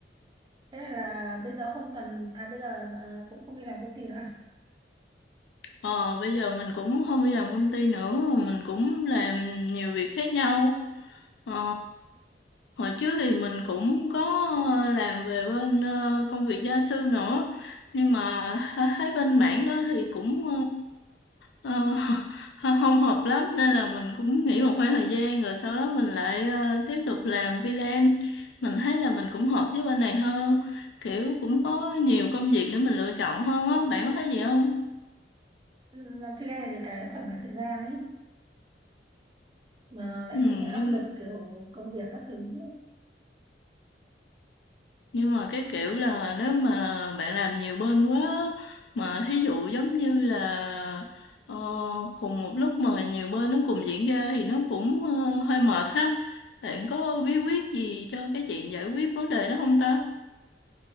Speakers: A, on the right; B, on the left.
A: Thế là bây giờ không cần, à bây giờ à, cũng không đi làm công ty nữa à?
B: Ờ, bây giờ mình cũng không đi làm công ty nữa, mình cũng làm nhiều việc khác nhau. Ờ, hồi trước thì mình cũng có ờ, làm về bên ờ, công việc gia sư nữa, nhưng mà th- thấy bên mảng đó thì cũng ờ, ờ, <laughs> không hợp lắm nên là mình cũng nghỉ một khoảng thời gian rồi sau đó mình lại ờ, tiếp tục làm freelance. Mình thấy là mình cũng hợp với bên này hơn, kiểu cũng có nhiều công việc để mình lựa chọn hơn á, bạn có thấy gì không?
A: Ừ, Làm freelance là được cái thoải mái thời gian ấy, mà lại
B: Ừ,
A: không bị áp
B: nhưng
A: lực kiểu công việc các thứ.
B: Nhưng mà cái kiểu là nếu mà bạn làm nhiều bên quá á, mà thí dụ giống như là ờ, cùng một lúc mà nhiều bên nó cùng diễn ra thì nó cũng ờ, hơi mệt ha. Bạn có bí quyết gì cho cái chuyện giải quyết vấn đề đó không ta?